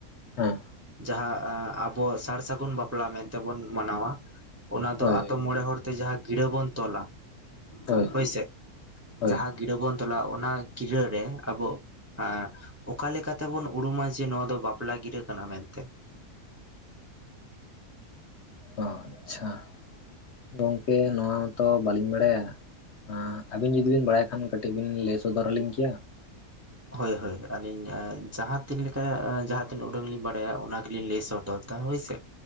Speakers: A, on the left; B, on the right.
A: ᱦᱮᱸ
B: ᱡᱟᱦᱟᱸ ᱟᱵᱚ ᱥᱟᱨ ᱥᱟᱹᱜᱩᱱ ᱵᱟᱯᱞᱟ ᱢᱮᱱᱛᱮᱵᱚᱱ ᱢᱟᱱᱟᱣᱟ ᱚᱱᱟ ᱫᱚ
A: ᱦᱳᱭ
B: ᱟᱛᱳ ᱢᱚᱲᱮ ᱦᱚᱲᱛᱮ ᱡᱟᱦᱟᱸ ᱜᱤᱨᱟᱹ ᱵᱚᱱ ᱛᱚᱞᱟ
A: ᱦᱳᱭ
B: ᱦᱳᱭᱥᱮ
A: ᱦᱳᱭ
B: ᱡᱟᱦᱟᱸ ᱜᱤᱨᱟᱹ ᱵᱚᱱ ᱛᱚᱞᱟ ᱚᱱᱟ ᱜᱤᱨᱟᱹ ᱨᱮ ᱟᱵᱚ ᱟᱸᱦ ᱚᱠᱟ ᱞᱮᱠᱟᱛᱮᱵᱚᱱ ᱩᱨᱩᱢᱟ ᱡᱮ ᱱᱚᱣᱟ ᱫᱚ ᱵᱟᱯᱞᱟ ᱜᱤᱨᱟᱹ ᱠᱟᱱᱟ ᱢᱮᱱᱛᱮ
A: ᱚᱦ ᱟᱪᱷᱟ ᱜᱚᱢᱠᱮ ᱱᱚᱣᱟ ᱛᱚ ᱵᱟᱞᱤᱧ ᱵᱟᱲᱟᱭᱟ ᱟᱸ ᱟᱵᱤᱱ ᱡᱩᱫᱤ ᱵᱤᱱ ᱵᱟᱲᱟᱭ ᱠᱷᱟᱱ ᱠᱟᱹᱴᱤᱡ ᱵᱤᱱ ᱞᱟᱹᱭ ᱥᱚᱫᱚᱨ ᱟᱹᱞᱤᱧ ᱠᱮᱭᱟ
B: ᱦᱳᱭ ᱦᱳᱭ ᱟᱹᱞᱤᱧ ᱡᱟᱦᱟᱸ ᱛᱤᱱ ᱞᱮᱠᱟ ᱡᱟᱦᱟᱸᱛᱤᱱᱟᱹ ᱩᱰᱟᱹᱜ ᱞᱤᱧ ᱵᱟᱲᱟᱭᱟ ᱚᱱᱟᱜᱤᱞᱤᱧ ᱞᱟᱹᱭ ᱥᱚᱫᱚᱨ ᱛᱟ ᱦᱳᱭ ᱥᱮ